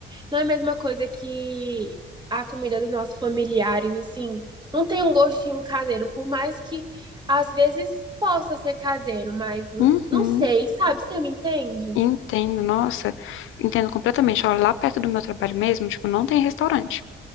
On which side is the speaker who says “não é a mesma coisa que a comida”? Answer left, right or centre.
Right